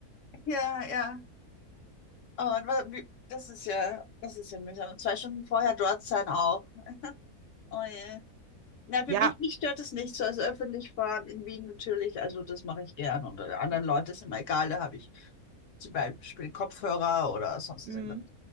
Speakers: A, on the left (about 65°); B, on the right (about 75°).
A: ja, ja. Oh Mann, wa- wie- das ist ja, das ist ja mühsam. Und zwei Stunden vorher dort sein auch. Oh je. Na, für
B: Ja,
A: mich, mich stört es nicht so. Also öffentlich fahren in Wien natürlich, also das mache ich gern. Und äh, anderen
B: i
A: Leuten ist immer egal, da habe ich zum Beispiel Kopfhörer oder sonst.
B: mhm.
A: irgendwas.